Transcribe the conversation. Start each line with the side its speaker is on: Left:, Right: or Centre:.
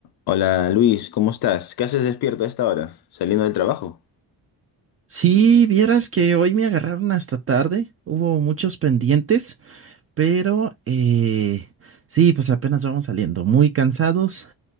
Left: Hola Luis, ¿cómo estás? ¿Qué haces despierto a esta hora? ¿Saliendo del trabajo?
Right: Sí, vieras que hoy me agarraron hasta tarde, hubo muchos pendientes, pero eh, sí, pues apenas vamos saliendo, muy cansados,